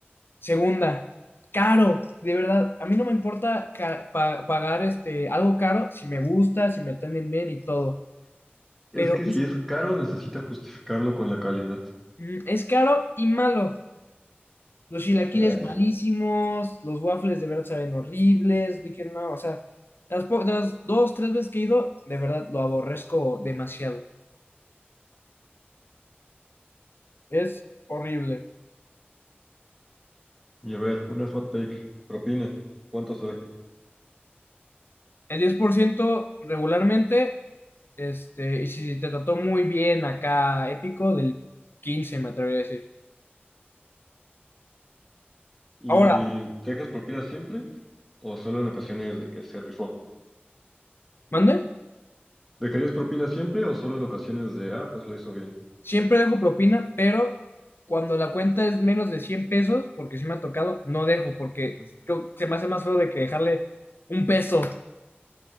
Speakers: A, on the left (about 60°); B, in the centre.
A: Segunda, caro, de verdad. A mí no me importa ca- pa- pagar este, algo caro si me gusta, si me atienden bien y todo.
B: Es
A: Pero
B: que
A: es,
B: si es caro, necesita justificarlo con la calidad.
A: mm, es caro y malo. Los chilaquiles
B: Ay.
A: malísimos, los waffles de verdad saben horribles. Dije, no, o sea, las, po- de las dos, tres veces que he ido, de verdad lo aborrezco demasiado. Es horrible.
B: Y a ver, una hot take. Propina. ¿Cuánto se deja?
A: El 10% regularmente, este, y si te trató muy bien acá, épico, del 15 me atrevería a decir.
B: ¿Y
A: Ahora,
B: dejas propina siempre o solo en ocasiones de que se rifó?
A: mande,
B: ¿Dejarías propina siempre o solo en ocasiones de, ah, pues lo hizo bien?
A: siempre dejo propina, pero cuando la cuenta es menos de 100 pesos, porque si me ha tocado, no dejo, porque
B: ¿No
A: creo que se me hace más feo de que dejarle un peso.